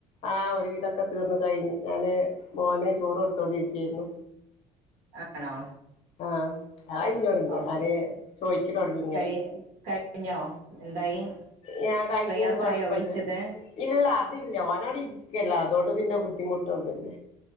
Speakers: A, on the left; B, on the right.
A: ആ ഒരു വിധോക്കെ തീർന്നു കഴിഞ്ഞു ഞാന് മോനെ ചോറ് കൊടുത്തോണ്ടിരിക്കയായിരുന്നു
B: ആണോ
A: ആഹ് ആയ് കയ്ഞ്ഞോടങ്ങി
B: ഓക്കെ
A: അലെ ചോയ്ക്ക തൊടങ്ങി ഇങ്ങന
B: കഴി കഴിഞ്ഞോ എന്തായി
A: ഞാൻ കഴിഞ്ഞാണ്
B: പ്രയാസായോ
A: കുഴപ്പമില്ല
B: വിളിച്ചത്
A: ഇല്ല അതില്ല ഓൻ അവിടെ ഇരിക്കല്ല അതുകൊണ്ട് പിന്നെ ബുദ്ധിമുട്ടൊന്നും ഇല്ല